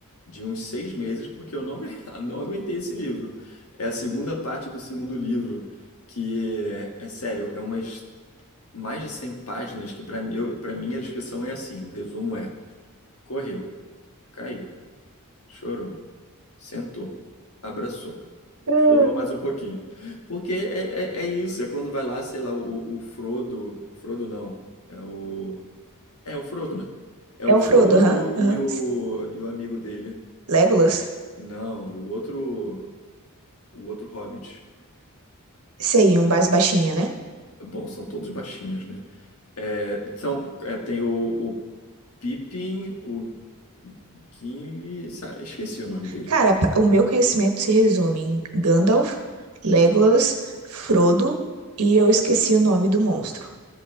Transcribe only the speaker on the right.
Ah.
É
o
Frodo, aham, aham.
Legolas?
Sei, um mais baixinho, né?
Cara, pra- o meu conhecimento se resume em Gandalf, Legolas, Frodo e eu esqueci o nome do monstro.